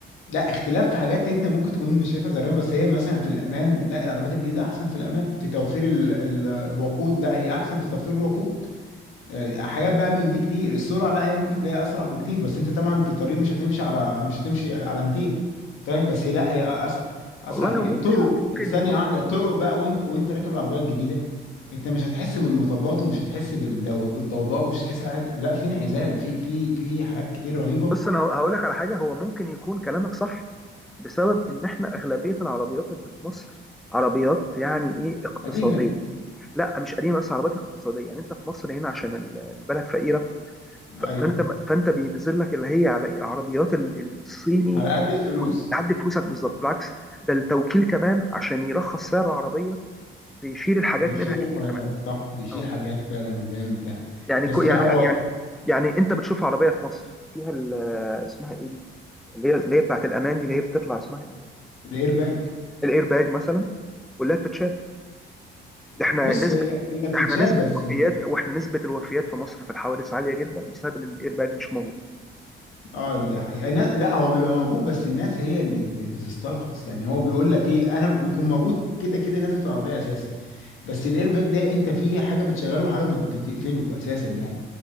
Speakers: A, on the left; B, in the centre.
A: لا اختلاف في حاجات انت ممكن تكون مش شايفها زي بس هي مثلا في الامان لا العربيات الجديده احسن في الامان في توفير ال ال الوقود لا هي احسن في توفير الوقود آه، حاجات بقى من دي كتير السرعه لا هي ممكن تلاقيها اسرع بكتير بس انت طبعا في الطريق مش هتمشي على مش هتمشي على 200 فاهم بس هي لا هي اسرع اسرع
B: والله
A: كتير.
B: ممكن
A: الطرق
B: ممكن
A: ثانيه
B: يكون
A: واحده الطرق بقى وانت وانت راكب العربيه الجديده انت مش هتحس بالمطبات ومش هتحس بالدو- بالضوضاء ومش هتحس بحاجات- لا في انعزال في في في حاجات كتير رهيبه
B: بص انا هقول لك على حاجه هو ممكن يكون كلامك صح بسبب ان احنا اغلبيه العربيات اللي في مصر عربيات يعني ايه اقتصاديه
A: قديمه
B: لا مش قديمه بس عربيات اقتصاديه يعني انت في مصر هنا عشان ال- البلد فقيره ف-
A: ايوه
B: فانت فانت بينزل لك اللي هي على العربيات ال- الصيني
A: على قد الفلوس
B: تكون تعدي فلوسك بالظبط بالعكس ده التوكيل كمان عشان يرخص سعر العربيه بيشيل الحاجات
A: بيشيل
B: منها
A: رفاهيات
B: كتير كمان
A: صح بيشيل
B: اه
A: حاجات فعلا وبيعمل بتاع
B: يعني
A: بس
B: كو يعني
A: لا هو
B: يعني يعني انت بتشوف عربيه في مصر فيها ال- اسمها ايه دي اللي هي اللي هي بتاعت الامان دي اللي هي بتطلع اسمها ايه
A: الايرباج
B: الاير باج مثلا كلها بتتشال ده
A: بص
B: احنا نسبه
A: هي هي بتتشال
B: ده احنا نسبه
A: بس
B: وفيات واحنا نسبه الوفيات في مصر في الحوادث عاليه جدا بسبب ان الاير باج مش موجود
A: اه ده حقيقي الناس- لا هو بيبقى موجود بس الناس هي اللي ب- بتسترخص يعني هو بيقول لك ايه انا بيكون موجود كده كده نازل في العربيه اساسي بس الايرباك ده انت فيه حاجه بتشغله وحاجه بت- بتقفله اساسا يعني